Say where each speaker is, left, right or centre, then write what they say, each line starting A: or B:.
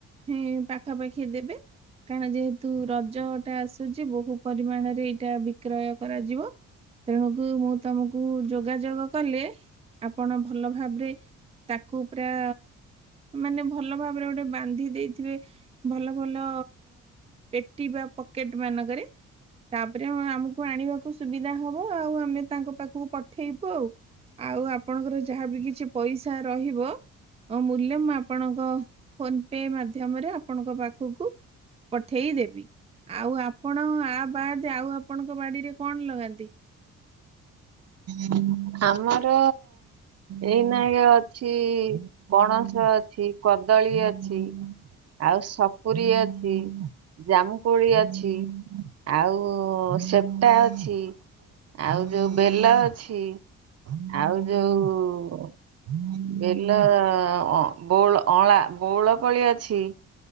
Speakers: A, on the right; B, on the right.
A: ହିଁ ପାଖାପାଖି ଦେବେ କାରଣ ଯେହେତୁ ରଜଟା ଆସୁଛି ବହୁ ପରିମାଣରେ ଏଇଟା ବିକ୍ରୟ କରାଯିବ ତେଣୁକୁ ମୁଁ ତମକୁ ଯଉ ଯୋଗାଯୋଗ କଲେ ଆପଣ ଭଲ ଭାବରେ ତାକୁ ପୁରା ମାନେ ଭଲ ଭାବରେ ଗୋଟେ ବାନ୍ଧି ଦେଇଥିବେ ଭଲ ଭଲ ପେଟି ବା ପକେଟ ମାନଙ୍କରେ ତାପରେ ଆମକୁ ଆଣିବାକୁ ସୁବିଧା ହବ ଆଉ ଆମେ ତାଙ୍କ ପାଖକୁ ଉଠେଇବ ଆଉ ଆପଣଙ୍କର ଯାହାଵି କିଛି ପଇସା ରହିବ ମୂଲ୍ୟ ମୁଁ ଆପଣଙ୍କ ଫୋନ ପେ ମାଧ୍ୟମରେ ଆପଣଙ୍କ ପାଖକୁ ପଠେଇଦେବି ଆଉ ଆପଣ ଆ ବାଦେ ଆଉ ଆପଣଙ୍କ ବାଡିରେ କଣ ଲଗାନ୍ତି
B: <inaudible> ଆମର ଏଇ ନାକେ ଅଛି ପଣସ ଅଛି କଦଳୀ ଅଛି ଆଉ ସପୁରୀ ଅଛି ଜାମୁକୋଳି ଅଛି ଆଉ ସେପଟା ଅଛି ଆଉ ଯୋଉ ବେଲ ଅଛି ଆଉ ଯୋଉ ଵେଲ ଅଁ ବଉଳ ଅଁଳା ବଉଳ କୋଳି ଅଛି